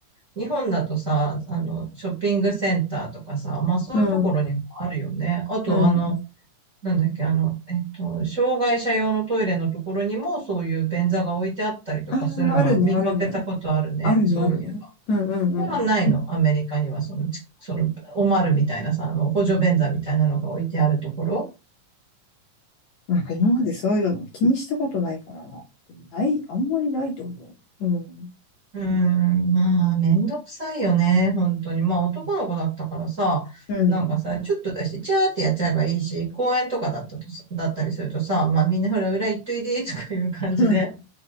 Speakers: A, on the right; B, on the left.
A: 日本だとさ、あの、ショッピングセンターとかさ、まあそういうところにもあるよね。
B: うん。
A: あと、
B: うん。
A: あの、なんだっけ、あの、えっと、障害者用のトイレのところにもそういう便座が置いてあったりとかするのは見かけたことあるね。
B: ああ、あるね、あるね。あるね、
A: そういう。
B: あるね。うんうんうんうん。
A: それはないの。アメリカにはその、ちその、おまるみたいなさ、あの、補助便座みたいなのが置いてあるところ。
B: なんか今までそういうのも気にしたことないからな。でもない、あんまりないと思う。うん。
A: うーん、まあ、めんどくさいよね。本当に。まあ、男の子だったからさ、
B: うん。
A: なんかさ、ちょっと出して、チャーってやっちゃえばいいし、公園とかだったとさ、だったりするとさ、まあ、みんなほら、裏行っといで、とかいう感じで、
B: <laughs>